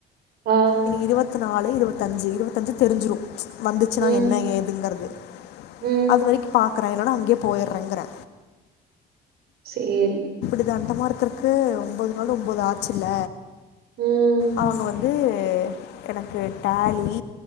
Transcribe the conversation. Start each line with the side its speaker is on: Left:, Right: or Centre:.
Right: ஆ,
Left: இனி இருவத் த்துநாலு இருவத்தஞ்சி இருவத்தஞ்சி தெரிஞ்சிரு வந்துச்சின்னா
Right: ம்,
Left: என்ன ஏதுங்கறது
Right: ம்.
Left: அது வரைக்கு பா க்கற இல்லனா அங்கேயே போயிறங்கிறே
Right: சேரி
Left: இது அந்த மாரி திரறக்கு ஒம்பது நாளு ஒம்பது ஆச்சி இல்ல
Right: ம்,
Left: அவங்க வந் து எனக்கு டேலி